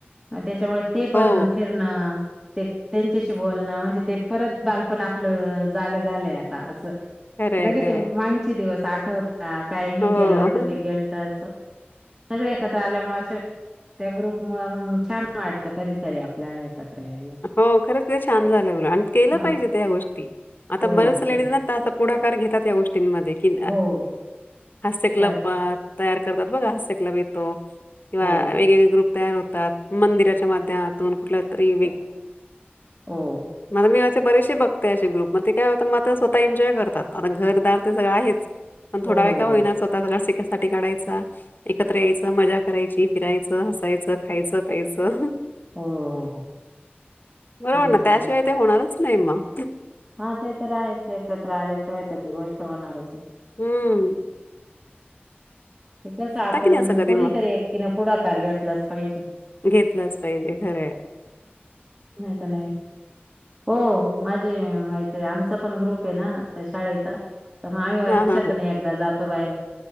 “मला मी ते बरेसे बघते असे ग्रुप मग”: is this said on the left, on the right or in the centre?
Left